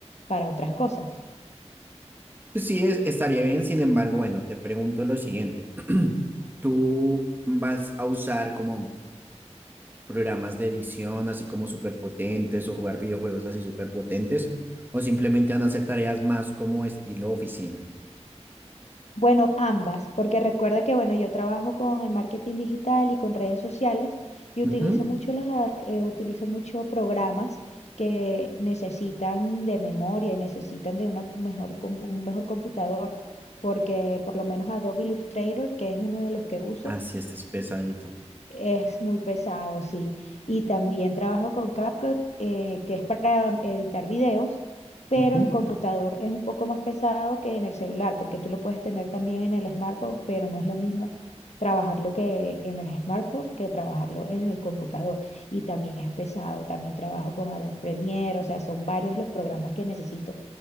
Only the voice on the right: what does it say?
Sí, es- estaría bien, sin embargo, bueno, te pregunto lo siguiente. <clears throat> ¿Tú vas a usar como programas de edición así como superpotentes o jugar videojuegos así superpotentes o simplemente van a hacer tareas más como estilo oficina?
Ujú.
Así este es pesadito.
Ujú.